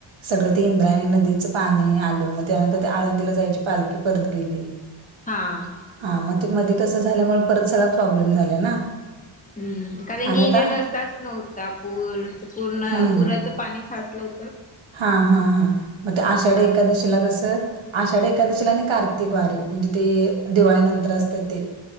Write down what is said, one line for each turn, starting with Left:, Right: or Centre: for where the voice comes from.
Right: सगळं ते इंद्रायणी नदीचं पाणी आलं मग त्यानंतर ते आळंदीला जायची पालखी परत गेली,
Left: हां.
Right: हा मग ते मध्ये तसं झाल्यामुळे परत सगळा प्रॉब्लेम झालाय ना.
Left: हम्म कारण
Right: आणि
Left: की
Right: आता
Left: इथे रस्ताच नव्हता पूर पूर्ण
Right: हम्म
Left: पुरा च पाणी साचलं हो
Right: हा हा हा मग ते आषाढी
Left: हा
Right: एकादशीला कसं आषाढी एखकादशीला आणि कार्तिक वारी म्हणजे ते दिवाळी नंतर असत्या ते,